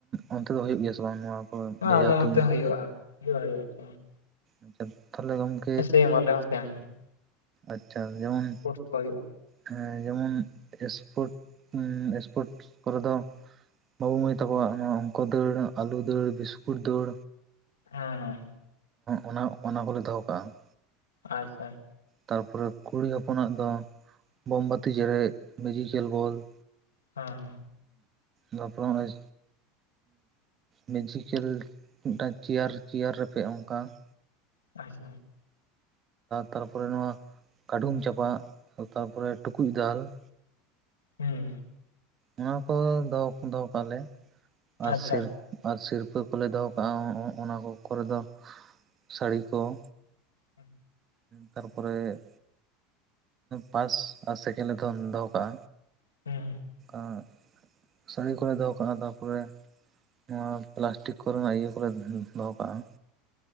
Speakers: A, on the right (about 35°); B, on the left (about 85°).
A: ᱚᱱᱛᱮ ᱫᱚ, ᱦᱳᱭᱳᱜ ᱜᱮᱭᱟ ᱥᱮ ᱵᱟᱝ ᱱᱚᱣᱟ? ᱠᱚ ᱵᱷᱮᱡᱟ
B: ᱟᱞᱮ ᱱᱚᱛᱮ
A: ᱛᱩᱧ
B: ᱦᱩᱭᱩᱜᱼᱟ, ᱦᱩᱭᱩᱜ ᱦᱩᱭᱩᱜᱼ ᱟ ᱾
A: ᱟᱪᱪᱷᱟ <unintelligible> ᱛᱟᱦᱚᱞᱮ ᱜᱚᱢᱠᱮ
B: ᱥᱮᱢ, ᱟᱞᱮ ᱦᱚ ᱥᱮᱢ ᱾
A: ᱟᱪᱪᱷᱟ, ᱡᱮᱢᱚᱱ
B: ᱥᱯᱳᱨᱴᱥ ᱠᱚ ᱦᱩᱭᱩᱜᱼᱟ ᱾
A: ᱦᱮ ᱡᱮᱢᱚᱱ ᱥᱯᱳᱨᱴ ᱥᱯᱳᱨᱴ ᱠᱚᱨᱮ ᱫᱚ ᱵᱟᱹᱵᱩ ᱢᱟᱹᱭ ᱛᱟᱠᱚᱣᱟ, ᱚᱝᱠᱚ ᱫᱟᱹᱲ ᱟᱞᱩ ᱫᱟᱹᱲ ᱵᱤᱥᱠᱩᱴ ᱫᱟᱹᱲ᱾
B: ᱦᱮᱸᱦᱮᱸ ᱾
A: ᱚᱱᱟ ᱚᱱᱟ ᱠᱚᱞᱮ ᱫᱚᱦᱚ ᱠᱟᱜᱼᱟ ᱾
B: ᱟᱪᱪᱷᱟ ᱾
A: ᱛᱟᱨᱯᱚᱨᱮ ᱠᱩᱲᱤ ᱦᱚᱯᱚᱱᱟᱜ ᱫᱚ, ᱵᱳᱢᱵᱟᱹᱛᱤ ᱡᱮᱨᱮᱫ ᱢᱮᱡᱤᱠᱮᱞ ᱵᱚᱞ ᱾
B: ᱦᱮᱸ ᱾
A: ᱵᱟᱯᱞᱚᱢ <unintelligible> ᱤᱡ ᱢᱮᱡᱤᱠᱮᱞ ᱢᱤᱫᱴᱟᱝ ᱪᱮᱭᱟᱨ ᱪᱮᱭᱟᱨ ᱨᱮᱯᱮ ᱚᱱᱠᱟ ᱾
B: ᱟᱪᱷᱟ <unintelligible>
A: ᱛᱟᱨᱯᱚᱨᱮ ᱱᱚᱣᱟ ᱠᱟᱹᱰᱩᱢ ᱪᱟᱯᱟᱫ, ᱛᱟᱯᱚᱨᱮ ᱴᱩᱠᱩᱡ ᱫᱟᱞ ᱾
B: ᱦᱮᱸ᱾
A: ᱚᱱᱟ ᱠᱚ ᱫᱚᱦᱚ ᱫᱚᱦᱚ ᱠᱟᱜ ᱟᱞᱮ ᱟᱨ
B: ᱟᱪᱪᱷᱟ
A: ᱥᱤᱨᱯᱟᱹ ᱟᱨ ᱥᱤᱨᱯᱟᱹ ᱠᱚᱞᱮ ᱫᱚᱦᱚ ᱠᱟᱜᱼᱟ, ᱚᱱᱟ ᱠᱚ ᱠᱚᱨᱮᱫᱚ ᱥᱟᱹᱲᱤ ᱠᱚ ᱾
B: ᱦᱩᱸ
A: ᱛᱟᱨᱯᱚᱨᱮ᱾ ᱯᱟᱥ ᱟᱨ ᱥᱮᱠᱮᱱ ᱞᱮ ᱫᱚ ᱫᱚᱦᱚ ᱠᱟᱜᱼᱟ᱾
B: ᱦᱩᱸ ᱦᱩᱸ᱾
A: ᱟᱨ ᱥᱟᱹᱲᱤ ᱠᱚᱞᱮ ᱫᱚᱦᱚ ᱠᱟᱜᱼᱟ᱾ ᱛᱟᱨᱯᱚᱨᱮ ᱱᱚᱣᱟ ᱯᱮᱞᱟᱥᱴᱤᱠ ᱠᱚᱨᱮᱱᱟᱜ ᱤᱭᱟᱹ ᱠᱚᱞᱮ ᱫᱚᱦᱚ ᱠᱟᱜᱼᱟ ᱾